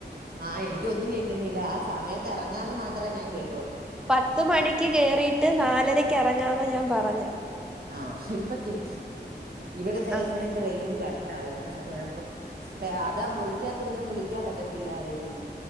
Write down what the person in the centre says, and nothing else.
പത്ത് മണിക്ക് കേറിയിട്ട് നാലരക്കെറങ്ങാന്ന ഞാൻ പറഞ്ഞേ
ആഹ്